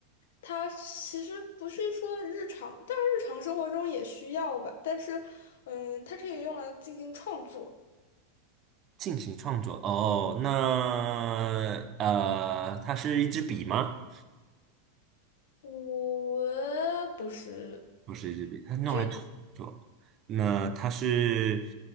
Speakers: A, on the left; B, on the right.
A: 它其实不是说日常，但是日常生活中也需要吧。但是，嗯，它可以用来进行创作。
B: 进行创作。哦，那呃，它是一支笔吗？
A: 我不是
B: 不是日币，它是用来创作。
A: 这种，
B: 那它是